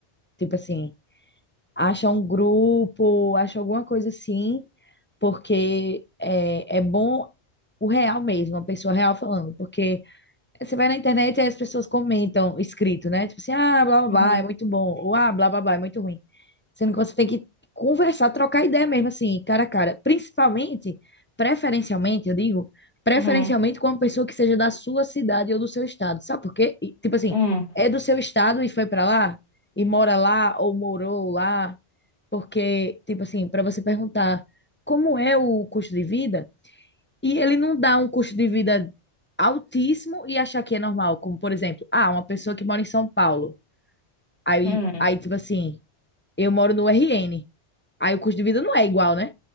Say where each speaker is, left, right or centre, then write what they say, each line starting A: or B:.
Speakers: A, on the left; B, on the left.
A: Tipo assim, acha um grupo, acha alguma coisa assim, porque é, é bom o real mesmo, a pessoa real falando, porque você vai na internet e aí as pessoas comentam escrito, né? Tipo assim, ah, blá blá
B: Uhum.
A: blá, é muito bom. Ou ah, blá blá blá, é muito ruim. Sendo que você tem que conversar, trocar ideia mesmo, assim, cara a cara. Principalmente, preferencialmente, eu digo, preferencialmente
B: Uhum.
A: com uma pessoa que seja da sua cidade ou do seu estado. Sabe por quê? E, tipo assim,
B: Uhum.
A: é do seu estado e foi pra lá, e mora lá, ou morou lá. Porque, tipo assim, pra você perguntar como é o custo de vida. E ele não dá um custo de vida altíssimo e achar que é normal. Como, por exemplo, ah, uma pessoa que mora em São Paulo. Aí,
B: Uhum.
A: aí tipo assim, eu moro no RN. Aí o custo de vida não é igual, né?